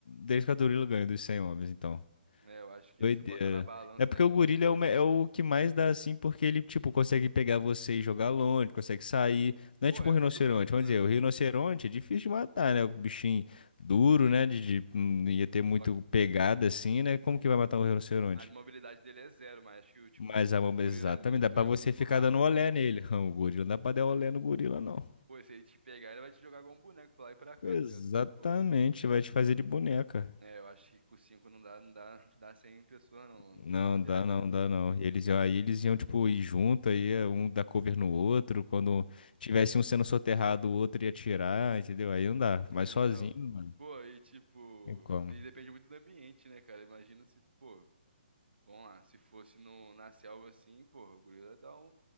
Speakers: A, on the left; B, on the right.
A: 3, 4 gorila ganha dos 100 homens, então.
B: É, eu acho que
A: Doideira.
B: se botar na balança,
A: É porque
B: né, um
A: o gorila
B: é muito
A: é
B: injusto.
A: o, me- é o que mais dá assim, porque ele, tipo, consegue pegar você e jogar longe, consegue sair. Não
B: Pô,
A: é tipo
B: é
A: um rinoceronte.
B: muito bruto,
A: Vamos
B: né?
A: dizer, o rinoceronte é difícil de matar, né? O bichinho duro,
B: Uhum.
A: né? De, de- não ia ter muito
B: Só que,
A: pegada assim, né? Como que vai matar um rinoceronte?
B: mas a mobilidade dele é zero, mas acho que, o tipo,
A: Mas
B: o
A: a mamba,
B: gorila
A: exatamente,
B: é muito,
A: dá pra
B: é
A: você
B: muito
A: ficar
B: rápido,
A: dando olé
B: velho.
A: nele. <laughs> O gorila não dá pra dar olé no gorila, não.
B: Pô, e se ele te pegar, ele vai te jogar igual um boneco pra lá e pra cá,
A: Exatamente,
B: tá ligado? Tipo,
A: vai te fazer de boneca.
B: é, eu acho que com cinco não dá, não dá, dá 100 pessoas, não, mano,
A: Não,
B: pra te falar a verdade.
A: dá não, dá não. E eles, iam- aí eles iam, tipo, ir junto, aí eh, um dar cover no outro. Quando tivesse um sendo soterrado, o outro ia atirar, entendeu? Aí não dá.
B: É,
A: Mas sozinho,
B: então,
A: mano,
B: pô, e tipo,
A: tem como.
B: e depende muito do ambiente, né, cara? Imagina se, pô. Vamos lá. Se fosse no, na selva assim, porra, o gorila ia dar um,